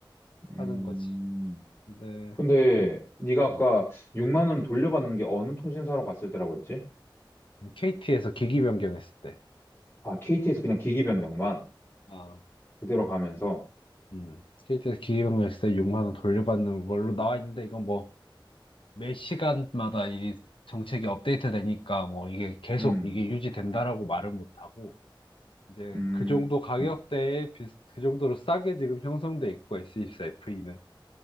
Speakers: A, on the left; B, on the left.
A: 음.
B: 하는 거지. 근데
A: 근데 네가 아까
B: 음,
A: 6만 원 돌려받는 게 어느 통신사로 갔을 때라고 했지?
B: KT에서 기기 변경했을 때,
A: 아, KT에서 그냥 기기 변경만.
B: 아,
A: 그대로 가면서,
B: 음, KT에서 기기 변경했을 때 6만 원 돌려받는 걸로 나와 있는데 이건 뭐 매 시간마다 이 정책이 업데이트 되니까 뭐 이게 계속
A: 음,
B: 이게 유지된다라고 말을 못 하고 이제
A: 음,
B: 그 정도 가격대에
A: 음.
B: 비슷, 그 정도로 싸게 지금 형성돼 있고 s 2 4 f 는